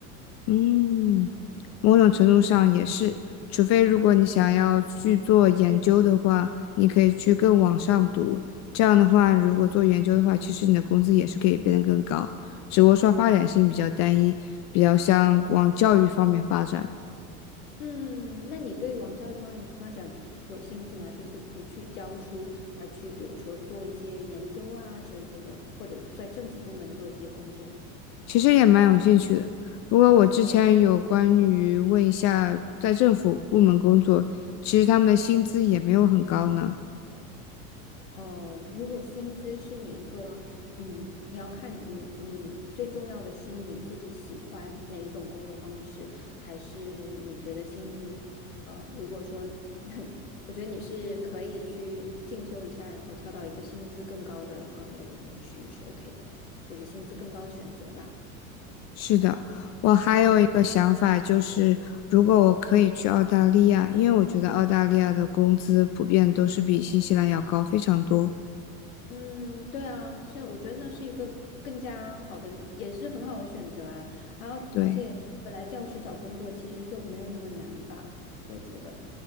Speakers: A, on the left; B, on the left.
A: 嗯。某种程度上也是，除非如果你想要去做研究的话，你可以去更往上读。这样的话，如果做研究的话，其实你的工资也是可以变得更高，只不过说发展性比较单一，比较像往教育方面发展。
B: 嗯，那你对往教育方面发展有兴趣吗？就是不去教书，而去比如说做一些研究啊之类的，或者在政府部门做一些工作。
A: 其实也蛮有兴趣的。不过我之前有关于问一下在政府部门工作，其实他们的薪资也没有很高呢。
B: 哦，如果薪资是你一个，嗯，你要看你你最重要的是你自己喜欢哪一种工作方式，还是你觉得薪资，呃，如果说 <laughs> 那我觉得你是可以去进修一下，然后跳到一个薪资更高的行业里面去是 OK 的，就是薪资更高的选择吧。
A: 是的，我还有一个想法，
B: 嗯，
A: 就是如果我可以去澳大利亚，因为我觉得澳大利亚的工资普遍都是比新西兰要高非常多。
B: 嗯，对啊，所以我觉得那是一个更加好的，也是很好的选择啊。然后，
A: 对，
B: 而且本来教师找工作其实就没有那么难吧，我觉得。